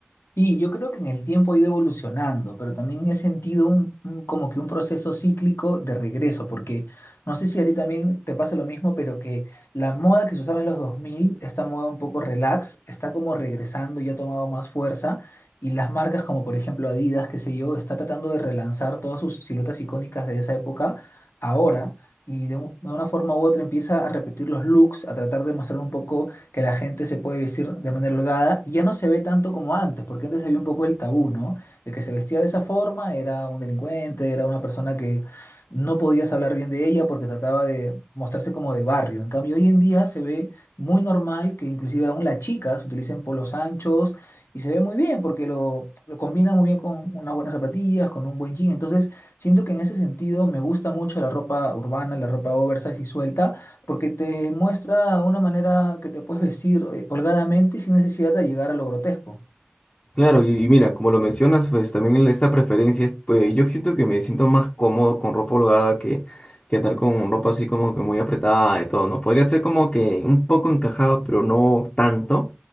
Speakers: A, on the left; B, on the left.
A: Sí, yo creo que en el tiempo ha ido evolucionando, pero también he sentido un, un- como que un proceso cíclico de regreso, porque no sé si a ti también te pasa lo mismo, pero que la moda que se usaba en los 2000, esta moda un poco relax, está como regresando y ha tomado más fuerza, y las marcas como por ejemplo Adidas, qué sé yo, está tratando de relanzar todas sus siluetas icónicas de esa época ahora, y de, un- de una forma u otra empieza a repetir los looks, a tratar de mostrar un poco que la gente se puede vestir de manera holgada y ya no se ve tanto como antes, porque antes había un poco el tabú, ¿no? El que se vestía de esa forma era un delincuente, era una persona que no podías hablar bien de ella porque trataba de mostrarse como de barrio. En cambio, hoy en día se ve muy normal que inclusive aún las chicas utilicen polos anchos y se ve muy bien porque lo, lo combina muy bien con unas buenas zapatillas, con un buen jean. Entonces, siento que en ese sentido me gusta mucho la ropa urbana, la ropa oversize y suelta porque te muestra una manera que te puedes vestir eh, holgadamente y sin necesidad de llegar a lo grotesco.
B: Claro, y, y mira, como lo mencionas, pues también esa preferencia, pues yo siento que me siento más cómodo con ropa holgada que, que andar con ropa así como que muy apretada y todo, ¿no? Podría ser como que un poco encajado, pero no tanto.